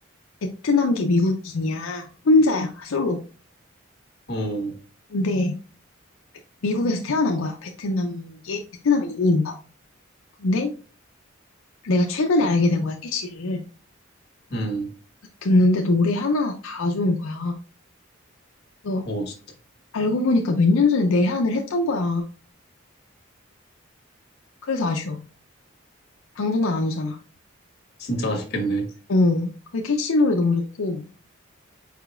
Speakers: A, on the left; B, on the left.
A: 베트남계 미국인이야. 혼자야, 솔로.
B: 오,
A: 근데, 미국에서 태어난 거야. 베트남계, 베트남의 이인가? 근데 내가 최근에 알게 된 거야, 캐시를.
B: 음,
A: 듣는데 노래 하나 다 좋은 거야. 그래서
B: 오, 진짜,
A: 알고 보니까 몇 년 전에 내한을 했던 거야. 그래서 아쉬워. 당분간 안 오잖아.
B: 진짜 아쉽겠네.
A: 어, 그 캐시 노래 너무 좋고,